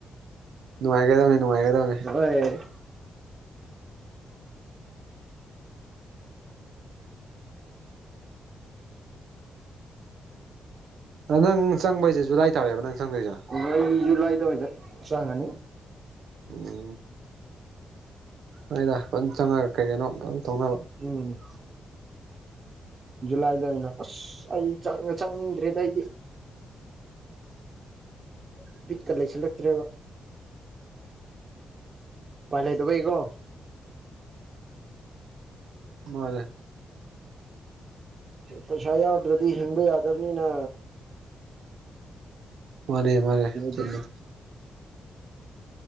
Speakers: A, on the right; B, on the right.
A: ꯅꯨꯡꯉꯥꯏꯒꯗꯕꯅꯤ ꯅꯨꯡꯉꯥꯏꯒꯗꯕꯅꯦ
B: ꯍꯣꯏ
A: ꯅꯪ ꯆꯪꯕꯁꯦ ꯖꯨꯂꯥꯏ ꯇꯥꯔꯦꯕ ꯅꯪ ꯆꯪꯗꯣꯏꯁꯦ
B: ꯑ ꯑꯩꯒꯤꯁꯨ ꯂꯥꯏꯗꯋꯥꯗ ꯆꯪꯉꯅꯤ
A: ꯎꯝ ꯅꯣꯏꯗ ꯐꯖ ꯆꯪ ꯀꯩ ꯀꯩꯅꯣ ꯐꯖꯅ ꯇꯧꯅꯕ
B: ꯎꯝ ꯖꯨꯂꯥꯏꯗ ꯑꯣꯏꯅ ꯑꯁ ꯑꯩ ꯆꯪꯅꯤꯡꯗ꯭ꯔꯦꯗ ꯑꯩꯗꯤ ꯄꯕꯤ ꯇ ꯂꯩꯁꯂꯠꯇ꯭ꯔꯦ ꯄꯂ ꯇꯕꯩꯀꯣ
A: ꯃꯅꯦ
B: ꯄꯩꯁ ꯑꯣꯗꯔꯗꯤ ꯍꯤꯡꯕ ꯌꯥꯗꯕꯅꯤ ꯅ
A: ꯃꯥꯅꯦ ꯃꯥꯅꯦ ꯆꯨꯝꯃꯦ
B: ꯗ